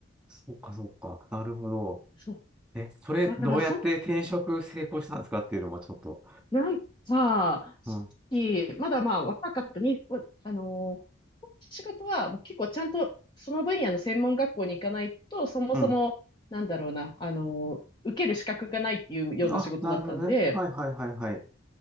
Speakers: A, in the centre; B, on the left.
A: そうかそうか。なるほど。
B: そう。
A: え、それどうやって転職成功したんですかっていうのもちょっと。
B: だから、そ、なんか、さっき、
A: うん。
B: まだまあ若かったに、わあのー仕事はもう結構ちゃんとその分野の専門学校に行かないと、そもそも、
A: うん。
B: なんだろうな、あのー受ける資格がないっていうような仕事だったんで、
A: あ、なるほどね。はいはいはいはい。へ